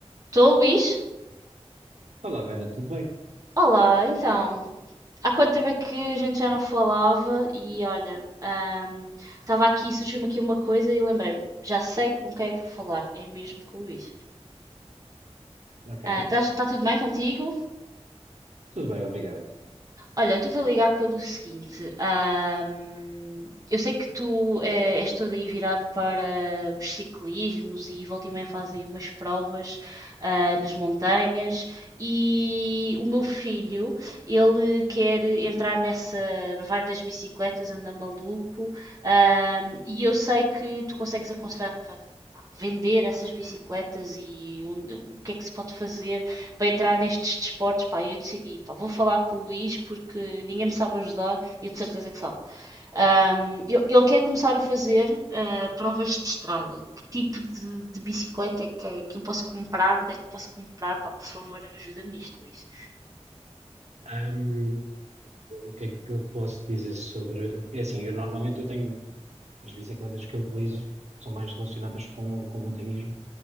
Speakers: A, on the right (about 30°); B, on the right (about 80°).
A: Estou, Luís?
B: Olá, Vera, tudo bem?
A: Olá, então. Há quanto tempo é que a gente já não falava? E olha, ahm, estava aqui, surgiu-me aqui uma coisa e lembrei-me, já sei com quem é que vou falar, é mesmo com o Luís.
B: Ok,
A: Ah, estás- está tudo bem contigo?
B: tudo bem, obrigado.
A: Olha, eu estou-te a ligar pelo seguinte. ahm, eu sei que tu eh, és todo aí virado para os ciclismos e volta e meia fazem umas provas ah, nas montanhas e o meu filho, ele quer entrar nessa vibe das bicicletas, anda maluco, ahm, e eu sei que tu consegues aconselhar para vender essas bicicletas e onde- o que é que se pode fazer para entrar nestes desportos, pá, eu decidi, pá, vou falar com o Luís porque ninguém me sabe ajudar e de certeza que sabe. Ahm, ele, ele quer começar a fazer ah, provas de estrada. Que tipo de, de bicicleta é que, é que eu posso comprar? Onde é que eu posso comprar? Pá, por favor, ajuda-me nisto, Luís.
B: Ahm, o que é que eu posso dizer sobre. É assim, eu normalmente eu tenho. As bicicletas que eu utilizo são mais relacionadas com, com montanhismo,